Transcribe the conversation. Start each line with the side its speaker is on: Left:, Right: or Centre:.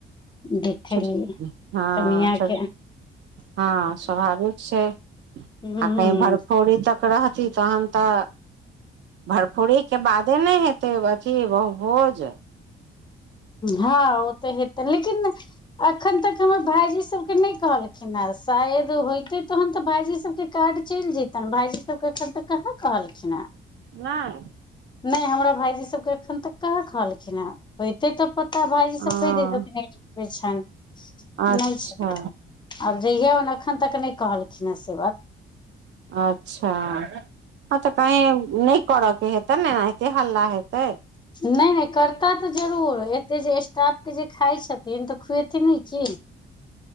Left: देखलियै
Right: ह
Left: कनिया के
Right: ह स्वभाविक छै आ
Left: हूँ
Right: कही भरफोरी तक रहती तहन त भरफूरीके बादे नहि हेतै अथी बहुभोज
Left: ह ओ तऽ हेते लेकिन अखन तक हमर भाईजी सभके नहि कहलखिन ह शायद होयते तहन तऽ भाईजी सभके कार्ड चलि जतनि भाईजी सभ एखन तऽ कहाँ कहलखिन ह
Right: नहि।
Left: नहि हमरा भाईजी सभके एखन तक कहाँ कहलखिन हे होइते तऽ पता भाजी
Right: हँ
Left: सभ कहि दे दे छनि
Right: अच्छा
Left: नहि छै आब जहिये ओन एखन तक नहि कहलखिन हे से बात
Right: अच्छा ह तऽ क नहि करऽ के हेतै नेनाते हल्ला हेतै।
Left: नहि नहि करता तऽ जरूर एते जे स्टाफ के जे खाय छथिन तऽ खुएथिन कि